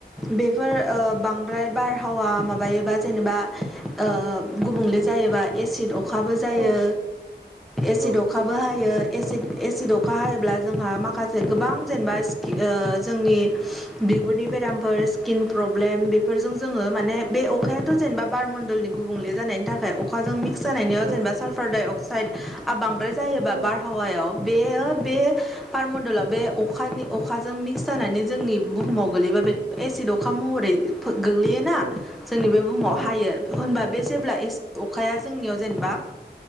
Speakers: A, in the centre; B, on the right.
A: बेफोर ओ बांद्राय बारहावा माबायोबा जेनेबा ओ गुबुंले जायो। जायोबा एसिड अखाबो जायो
B: औ
A: एसिड
B: औ
A: अखाबो हायो। एसिड एसिड अखा हायोब्ला जोंहा माखासे गोबां जेनेबा सिक ओ जोंनि बिगुरनि बेरामफोर स्किन प्रब्लेम बेफोर फोरजों जोङो माने बे अखायाथ' जेनेबा बारमन्दलनि गुबुंले जानायनि थाखाय अखाजों मिक्स जानायनिआव
B: औ
A: जेनेबा साल्फार डाइअक्साइडआ बांद्राय जायोबा
B: औ
A: बारहावायाव बेयो बे बारमणडलाव बे अखानि अखाजों मिक्स जानानै जोंनि बुहुमाव गोलैबा बे एसिड अखा महरै गोग्लैयोना
B: औ
A: जोंनि बे बुहुमाव
B: औ
A: हायो होनबा बे जेब्ला एसिट अखाया जोंनिआव जेनेबा